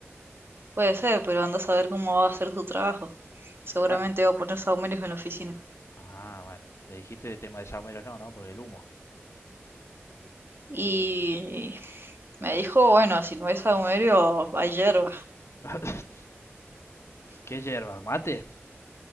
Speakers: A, on the right; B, on the left.
A: Puede ser, pero anda a saber cómo va a hacer su trabajo. Seguramente
B: Ah,
A: va a poner sahumerios en la oficina.
B: ah, bueno. Le dijiste de tema de Samuel, no, no, por el humo.
A: Y me dijo, bueno, si no es sahumerio, hay hierba.
B: <laughs> ¿Qué hierba? ¿Mate?